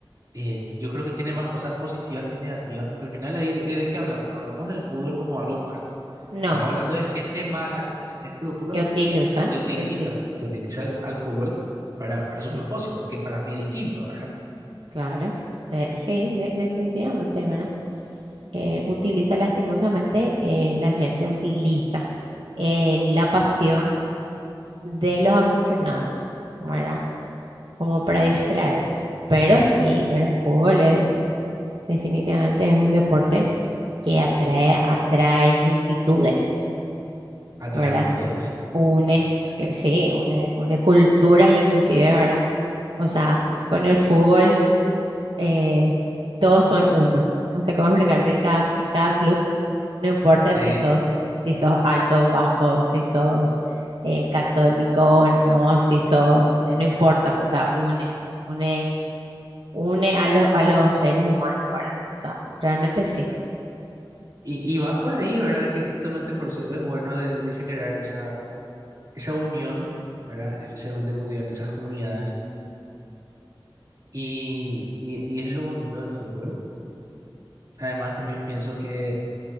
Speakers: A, on the right; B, on the right.
A: eh, yo creo que tiene más cosas positivas que negativas, porque al final ahí de, de qué hablamos, no hablamos del fútbol como algo malo,
B: No,
A: estamos hablando de gente mala, sin escrúpulos,
B: que utiliza,
A: que utiliza,
B: que utiliza.
A: lo- que utiliza el- al fútbol para, para sus
B: Sí,
A: propósitos, que para mí es distinto, ¿verdad?
B: claro. Eh, sí, de- definitivamente, ¿verdad? Eh, utiliza lastimosamente, eh, la gente utiliza eh, la pasión de los aficionados, ¿verdad? Como para distraer.
A: Ujú.
B: Pero sí, el fútbol es, definitivamente es un deporte que atrae, atrae multitudes.
A: Atrae
B: ¿verdad?
A: multitudes, sí.
B: Une,
A: Sí.
B: eh, sí, une, une culturas inclusive, ¿verdad? O sea, con el fútbol eh, todos son uno. No sé cómo explicarte en cada, en cada club, no importa
A: Sí.
B: si sos, si sos alto o bajo, si sos eh, católico o no, si sos, eh, no importa, o sea, une, une, une a los, a los seres humanos, ¿verdad? O sea, realmente sí,
A: Y, y va por ahí, ¿verdad? Que justamente por eso es bueno de, de generar esa, esa unión, ¿verdad? Especialmente, como te digo, en esas comunidades. Y, y, y es lo bonito del fútbol Además, también pienso que,